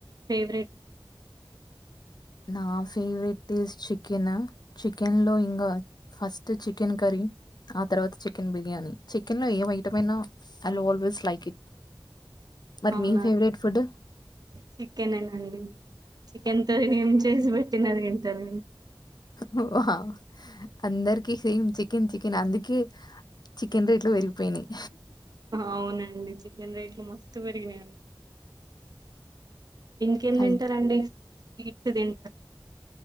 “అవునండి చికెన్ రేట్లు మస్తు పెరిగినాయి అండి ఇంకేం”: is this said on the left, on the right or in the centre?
Right